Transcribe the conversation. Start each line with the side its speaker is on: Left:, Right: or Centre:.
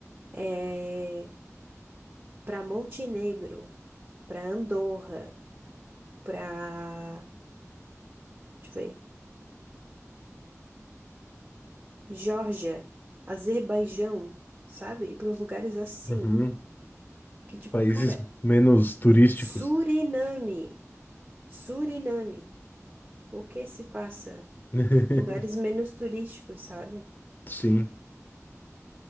Right: é... pra Montenegro, pra Andorra, pra. Deixa eu ver. Geórgia, Azerbaijão, sabe? E para lugares assim,
Left: Uhum.
Right: que tipo,
Left: Países
Right: cara,
Left: menos turísticos.
Right: Suriname, Suriname, o que se passa?
Left: <laughs>
Right: Lugares menos turísticos, sabe?
Left: Sim.